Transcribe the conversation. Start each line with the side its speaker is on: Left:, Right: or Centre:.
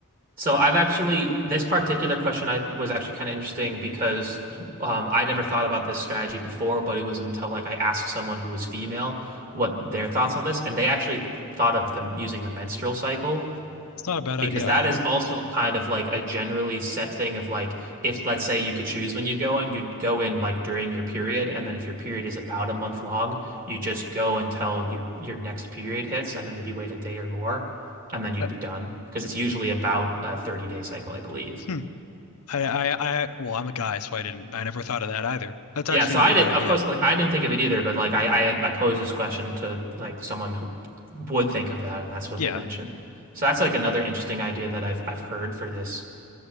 Right: So I've actually this particular question I was actually kind of interesting because um, I never thought about this strategy before, but it was until like I asked someone who was female what their thoughts on this, and they actually thought of them using the menstrual cycle
Left: It's not a bad
Right: because
Left: idea
Right: that
Left: either.
Right: is also kind of like a generally set thing of like if let's say you could choose when you go in, you'd go in like during your period, and then if your period is about a month long, you just go until your your next period hits, and then maybe wait a day or more, and then you'd
Left: But
Right: be done. Because it's usually about a 30 day cycle, I believe.
Left: hmm, I, I I well, I'm a guy, so I didn't I never thought of that either. That's
Right: Yeah,
Left: actually
Right: so
Left: not
Right: I
Left: a bad
Right: did,
Left: idea.
Right: of course, like I didn't think of it either, but like I I, I posed this question to like someone who would think of that, and that's what
Left: Yeah,
Right: they mentioned. So that's like another interesting idea that I've I've heard for this.